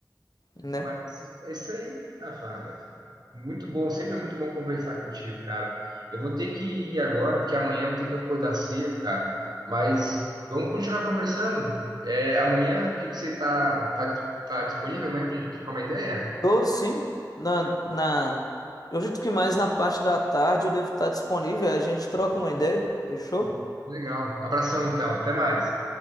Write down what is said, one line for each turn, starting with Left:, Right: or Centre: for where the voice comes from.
Left: né?
Right: Mas é isso aí, Rafa. Muito bom, sempre é muito bom conversar contigo, cara. Eu vou ter que ir agora, porque amanhã eu vou ter que acordar cedo, cara. Mas vamos continuar conversando. É, amanhã, o que que você tá, tá, tá disponível amanhã pra gente trocar uma ideia?
Left: Tô sim, na, na... Eu acredito que mais na parte da tarde eu devo estar disponível, a gente troca uma ideia, fechou?
Right: Pô, legal. Abração então, até mais.